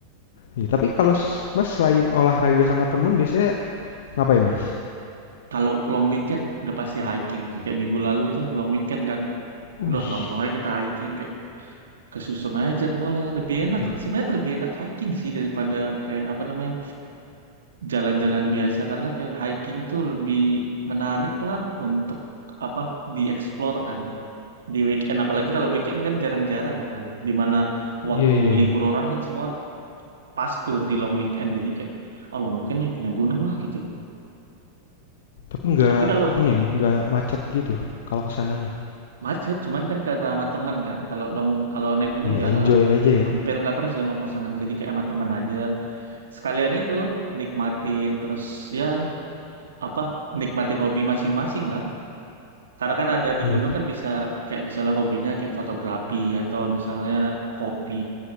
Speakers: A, on the left; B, on the right.
A: Ya, tapi kalau s- Mas selain olahraga sama temen biasanya ngapain Mas?
B: Kalau long weekend udah pasti hiking sih. Kayak minggu lalu tuh long weekend kan.
A: Wih.
B: Udah langsung aja kita hiking kayak kesusun aja jadwalnya. Lebih
A: Mana
B: enak.
A: tuh?
B: Sebenarnya lebih enak hiking sih daripada kayak apa namanya jalan-jalan biasa karena kayak hiking tuh lebih menarik lah untuk apa dieksplor kan di weekend apalagi kalau weekend kan jarang-jarang kan dimana waktu
A: Iya iya
B: libur
A: iya.
B: orang kan semua pas tuh di long weekend jadi kayak oh long weekend nih naik gunung lah gitu
A: Tapi nggak
B: tapi kalau
A: ini nih, nggak macet gitu kalau kesananya sananya.
B: macet cuman kan karena sama temen kan kalau long kalau naik gunung
A: Iya,
B: jarang
A: enjoy aja ya.
B: hampir nggak pernah sih sama pasangan jadi kayak sama temen aja sekalian itu nikmatin terus ya apa nikmatin hobi masing-masing lah Karena kan ada di
A: Iya.
B: gunung kan bisa kayak misalnya hobinya kayak fotografi atau misalnya kopi